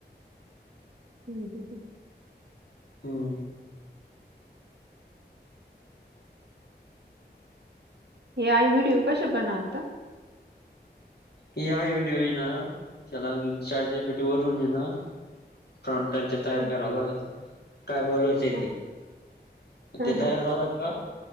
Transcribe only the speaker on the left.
हम्म!
ऐआय व्हिडिओ आहे ना, त्याला चैट जिपेटी वरून ये ना, फॉंट त्या तयार
करावं लागत, काय बनवायचं आहे
ते,
ते तयार झालं का